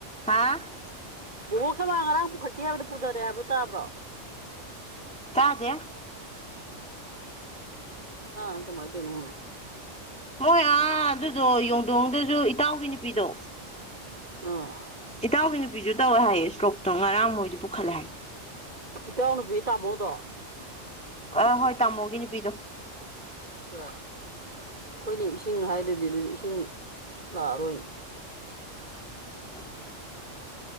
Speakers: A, in the centre; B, on the right.
A: ꯍꯥꯥ
B: ꯕꯣꯛ ꯁꯃꯥꯡ ꯉꯔꯥꯡ ꯄꯨꯈꯠꯦ ꯍꯥꯏꯕꯣ ꯄꯨꯊꯔꯛꯑꯦꯕ ꯇꯥꯕ꯭ꯔꯣ
A: ꯀꯗꯦ
B: ꯑ ꯀꯃꯥꯏ ꯊꯅ ꯍꯅ
A: ꯃꯣꯏ ꯑꯥ ꯑꯗꯨꯗꯣ ꯌꯣꯡꯗꯣꯡꯗꯁꯨ ꯏꯇꯥꯎꯒꯤ ꯅꯨꯄꯤꯗꯣ
B: ꯑ
A: ꯏꯇꯥꯎꯒꯤ ꯅꯨꯄꯤꯁꯨ ꯇꯧꯋꯦ ꯍꯥꯏꯌꯦ ꯏꯁꯇ꯭ꯔꯣꯛꯇꯣ ꯉꯔꯥꯡ ꯃꯣꯏꯗꯤ ꯄꯨꯈꯠꯂꯦ ꯍꯥꯏ
B: ꯏꯇꯅ ꯄ ꯇꯃꯣꯗꯣ
A: ꯑ ꯍꯣꯏ ꯇꯥꯃꯣꯒꯤ ꯅꯨꯄꯤꯗꯣ
B: ꯑ ꯑꯩꯈꯣꯏꯅ ꯏꯁꯤꯡ ꯍꯥꯏꯗꯨꯗꯤ ꯑꯗꯨꯗꯤ ꯏꯁꯤꯡ ꯂꯥꯛꯑꯔꯣꯏꯅꯤ
A: ꯎꯝ